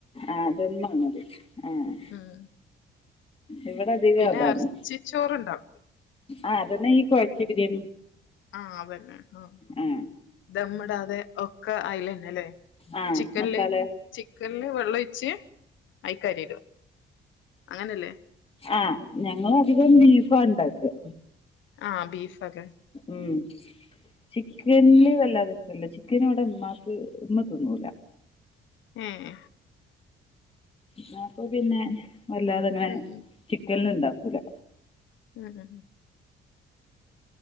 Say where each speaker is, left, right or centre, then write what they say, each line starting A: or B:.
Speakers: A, on the left; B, on the left.
A: ആഹ്‌ ദമ്മാണത് ആഹ്‌
B: ഉം
A: ഇവടധികം
B: പിന്നെ
A: അതാണ്
B: എറച്ചിച്ചോറുണ്ടാക്കും.
A: ആഹ്‌ അതന്നെ ഈ കൊഴച്ചി ബിരിയാണി
B: ആഹ്‌ അതന്നെ ആഹ്‌
A: ആ
B: ദമ്മ്ടാതെ ഒക് ക്ക ഐലന്നെ ലേ.
A: ആ
B: ചിക്കൻല്
A: മസാല
B: ചിക്കൻല് വെള്ളൊയ്ച്ച് അയ്ക്കരിടും അങ്ങനെല്ലേ
A: ആഹ് ഞങ്ങളധികം ബീഫാണ്ടാക്ക
B: ആഹ്‌ ബീഫാലെ
A: ഉം ചിക്കൻന് വല്ലാതെ ഇഷ്ടല്ല. ചിക്കന് വടെ മ്മാക്ക് മ്മ തിന്നൂല
B: ഏഹ്‌
A: ഞാപ്പ പിന്നെ വല്ലാതെങ്ങനെ
B: ഉം ഉം
A: ചിക്കൻലുണ്ടാക്കൂല
B: ആഹ്ഹഹ്‌